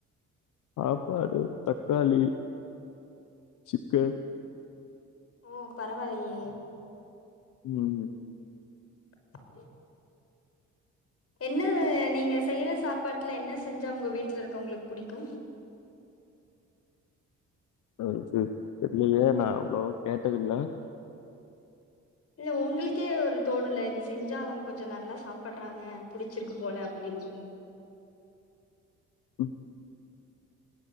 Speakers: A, on the left (about 80°); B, on the left (about 50°).
A: சாப்பாடு தக்காளி சிக்கன்
B: ஓ பரவால்லையே
A: உம்
B: சரி என்ன நீங்க செய்யற சாப்பாட்டுலா என்ன செஞ்சா உங்க வீட்ல இருக்க வங்களுக்கு புடிக்கும்
A: ஆ அது தெர்லியே நா அவ்ளோ கேட்டதில்ல
B: இல்ல உங்களுக்கே ஒரு தோணும் இல்ல இது செஞ்சா அவுங்க கொஞ்சோ நல்லா சாப்புடுறாங்க புடிச்சிருக்கு போல அப்டின்னு
A: உ